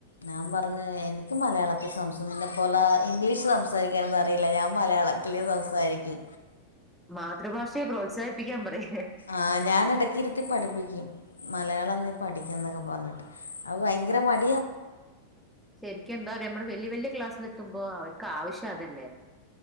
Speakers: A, on the left (about 75°); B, in the centre.
A: ഞാൻ പറഞ്ഞു എനിക്ക് മലയാളത്തിൽ സംസെ നിന്നെ പോലെ ഇംഗ്ലീ ഷ് സംസാരിക്കാനൊന്നറിയില്ല, ഞാൻ മലയാളത്തില് സംസാരിക്കു.
B: മാതൃഭാഷയെ പ്രോത്സാഹിപ്പിക്കാൻ പറയ്.
A: ആ് ഞാനെടക്കിരുത്തി പഠിപ്പിക്കും മലയാള നീ പഠിക്കുന്നൊക്കെ പറഞ്ഞിട്ട് അഅ്ഭയങ്കരമല്ല
B: ശരിക്കെന്താറിയോ മ്മള് വല്യ വല്യ ക്ലാസ്സിലെത്തുമ്പോ അവർക്ക് ആവശ്യ അതല്ലേ